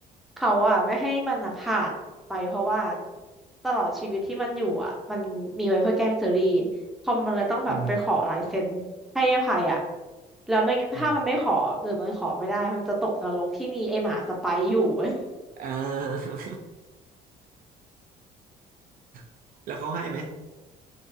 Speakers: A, in the centre; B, on the right.
A: เขาอ่ะไม่ให้มันอ่ะผ่านไปเพราะว่าตลอดชีวิตที่มันอยู่อ่ะมันมีไว้เพื่อแกล้งเจอรี่ คอมมันเลยต้องแบบไปขอลายเซ็นให้ไอ้ไผ่อ่ะ
B: อืม
A: แล้วไม่งั้นถ้ามันไม่ขอหรือมันขอไม่ได้มันจะตกนรกที่มีไอ้หมาสไปร์อยู่เว้ย
B: อืมอ่า <laughs> แล้วเขาให้ไหม